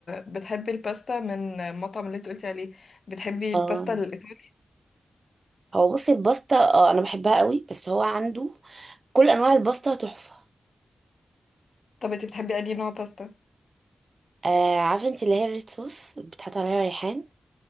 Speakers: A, on the left; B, on the right.
A: بتحبي الباستا من المطعم اللي انتي قلتي عليه بتحبي
B: اه
A: الباستا الايطالي
B: هو بصي الباستا اه انا بحبها قوي بس هو عنده كل انواع الباستا تحفة
A: طب انتي بتحبي انهي نوع باستا
B: آه عارفة انت اللي هي الريد صوص بتحط عليها ريحان